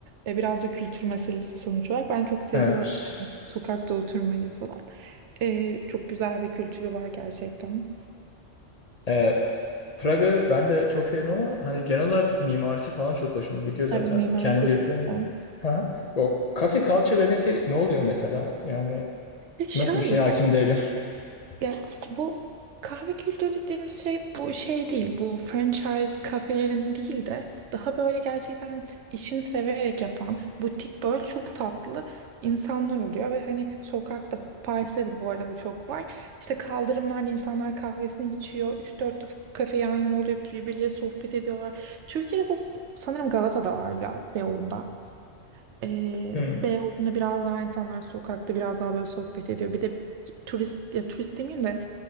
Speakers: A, on the right; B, on the left.
A: E, Biraz da kültür meselesi sonuç olarak. Ben çok seviyorum
B: Evet.
A: sokakta oturmayı falan. Ee, çok güzel bir kültürü var gerçekten.
B: Ee, Praga ben de çok severim ama hani genel olarak mimarisi falan çok hoşuma gidiyor zaten.
A: Evet, mimarisi
B: Kendim
A: de
B: gidip
A: çok
B: görmedim.
A: güzel.
B: Hı hı. O kafe culture dediğin şey ne oluyor mesela? Yani
A: Ya şöyle,
B: nasıl bir şeye hakim değilim. <laughs>
A: ya bu kahve kültürü dediğimiz şey bu şey değil. Bu franchise kafelerin değil de daha böyle gerçekten s- işini severek yapan butik böyle çok tatlı insanlar oluyor ve hani sokakta Paris'te de bu arada bu çok var. İşte kaldırımlarda insanlar kahvesini içiyor. üç dört kafe yan yana oluyor birbirleriyle sohbet ediyorlar. Türkiye'de bu sanırım Galata'da var biraz Beyoğlu'nda. Ee,
B: Hmm.
A: Beyoğlu'nda biraz daha insanlar sokakta biraz daha böyle sohbet ediyor. Bir de turist ya turist demeyeyim de